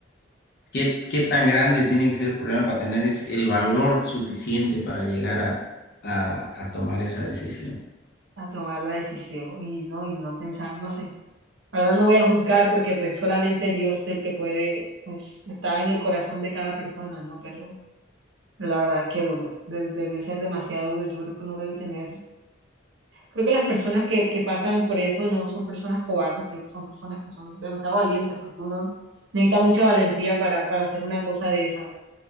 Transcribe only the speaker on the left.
¿qué, qué tan grande tiene que ser el problema para tener es el valor suficiente para llegar a, a, a tomar esa decisión?